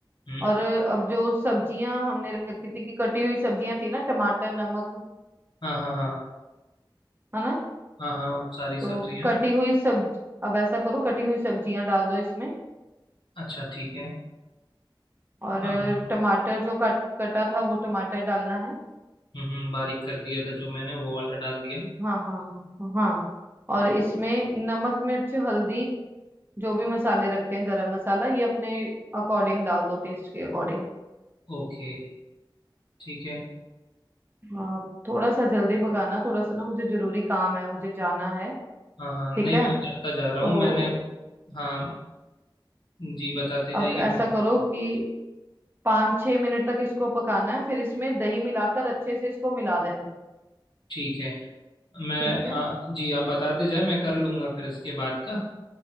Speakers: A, on the left; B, on the right.
A: हम्म
B: और अब जो सब्जियां हमने रखी थी कि कटी हुई सब्जियां थी ना टमाटर नमक
A: हाँ हाँ हाँ
B: है ना
A: हाँ हाँ वो सारी सब्जियाँ
B: तो कटी हुई सब अब ऐसा करो कटी हुई सब्जियां डाल दो इसमें
A: अच्छा ठीक है
B: और
A: हाँ, हाँ,
B: टमाटर जो कट कटा था वो टमाटर डालना है
A: हम्म हम्म, बारीक कर दिया था जो मैंने वो वाला डाल दिया
B: हाँ हाँ हाँ और इसमें नमक मिर्च हल्दी जो भी मसाले रखे हैं गरम मसाला ये अपने अकॉर्डिंग डाल दो टेस्ट के अकॉर्डिंग
A: ओके ठीक है
B: हाँ थोड़ा सा जल्दी पकाना थोड़ा सा ना मुझे जरूरी काम है मुझे जाना है
A: हाँ हाँ
B: ठीक
A: नहीं
B: है
A: मैं करता जा रहा
B: तो
A: हूँ मैंने हाँ जी बताते जाइए
B: अब ऐसा
A: मैं करता
B: करो
A: हूँ
B: कि पाँच छह मिनट तक इसको पकाना है फिर इसमें दही मिलाकर अच्छे से इसको मिला देना है
A: ठीक है मैं
B: ठीक है
A: आ, जी आप बताते जाए मैं कर लूँगा फिर इसके बाद का